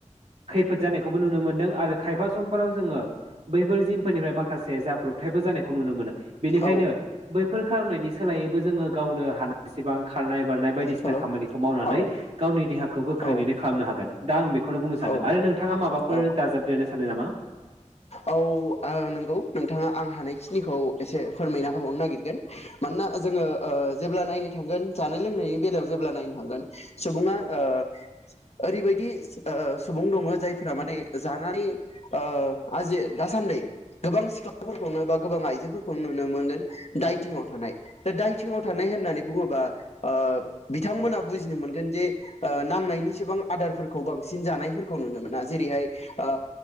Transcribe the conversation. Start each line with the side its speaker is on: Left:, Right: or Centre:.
Right: खैफोद जानायखौबो नुनो मोनदों आरो खायफा समफोराव जोङो बैफोर जिमफोरनिफ्राय माखासे जाब्रबथायबो जानायखौ नुनो मोनो। बेनिखायनो
Left: औ
Right: बै बेफोर खालामनायनि सोलायैबो जोङो गावनो हानाय एसेबां खारनाय बारनाय बायदिसिना
Left: हेल'
Right: खामानिखौ
Left: औ
Right: मावनानै गावनि देहाखौ गोख्रोङैनो
Left: औ
Right: खालामनो हागोन दा आं बेखौनो बुंनो सानदों
Left: औ
Right: आरो नोंथाङा माबाफोर
Left: औ
Right: दाजाबद्रोनो सानो नामा?
Left: औ नंगौ नोंथाङा आं हानायखिनिखौ एसे फोरमायना होबावनो नागिरगोन मानोना जोङो जेब्ला नायनो थांगोन जानाय लोंनायनि बेलायाव जेब्ला नायनो थांगोन सुबुङा ओ ओरैबायदि ओ सुबुं दङ जायफोरा माने जानानै ओ आ जे दासान्दि गोबां सिख्लाफोरखौनो बा गोबां आइजोफोरखौनो नुनो मोनगोन दायथिंआव थानाय दा दायथिंआव थानाय होननानै बुङोबा ओ बिथांमोना बुजिनो मोनगोन जे ओ नांनायनिसिबां आदारफोरखौ बांसिन जानायफोरखौ नुनो मोना जेरैहाय ओ